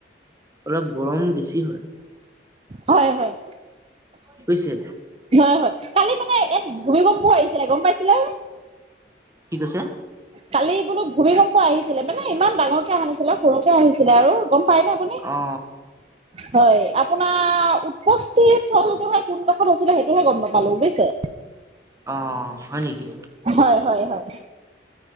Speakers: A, on the right; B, on the right.
A: অলপ গৰম বেছি কি হয়
B: হয় হয়
A: বুজিছে?
B: হয় হয় কালি মানে ইয়াত ভূমি গম পোৱা আহিছিলে গম পাইছিলে
A: কি কৈছে
B: কালি বোলো ভূমিকম্প আহিছিলে মানে ইমান ডাঙৰকে অহা নাছিলে সৰুকে আহিছিলে আৰু গম পায়নে আপুনি
A: অ
B: হয় আপোনাৰ উপষ্টি ছ টকা কোন কষত হৈছিলে সেইটোহে গম নাপালো বুজিছে
A: অ হয় নেকি
B: হয় হয় হয়